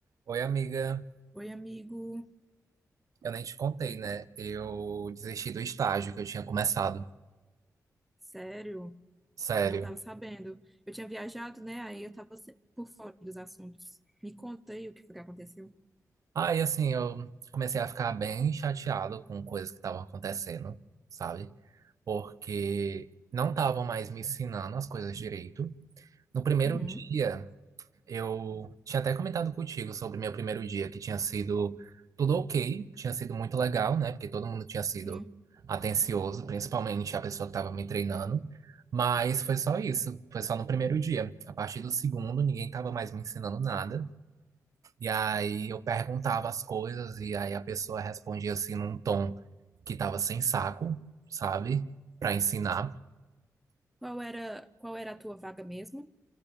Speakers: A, on the right; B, in the centre.
A: Oi, amiga.
B: Oi, amigo.
A: Eu nem te contei, né? Eu desisti do estágio que eu tinha começado.
B: Sério,
A: Sério.
B: não estava sabendo. Eu tinha viajado, né? Aí eu estava por fora dos assuntos. Me conta aí o que foi que aconteceu.
A: Aí, assim, eu comecei a ficar bem chateado com coisas que estavam acontecendo, sabe? Porque não estavam mais me ensinando as coisas direito. No primeiro
B: Uhum,
A: dia, Eu tinha até comentado contigo sobre meu primeiro dia, que tinha sido tudo ok, tinha sido muito legal, né? Porque todo mundo tinha sido
B: sim.
A: atencioso, principalmente a pessoa que estava me treinando. Mas foi só isso, foi só no primeiro dia. A partir do segundo, ninguém estava mais me ensinando nada. E aí eu perguntava as coisas, e aí a pessoa respondia assim num tom que estava sem saco, sabe? Para ensinar.
B: Qual era, qual era a tua vaga mesmo?